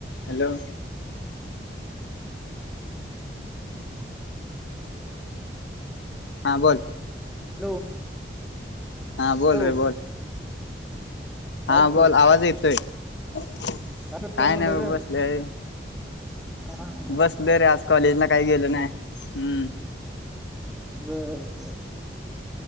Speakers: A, on the left; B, in the centre.
A: Hello.
B: <unintelligible>
A: हा बोल.
B: Hello.
A: हा बोल
B: हॅलो
A: रे बोल.
B: काय
A: हा
B: करतोय
A: बोल आवाज येतोय काय
B: करतोय म्हणलं
A: नाही बबा
B: रे
A: ब सलेय.
B: हा हा
A: बसलोयरे आज कॉलेजला काही गेलो नाही हम्म.
B: बरं बरं.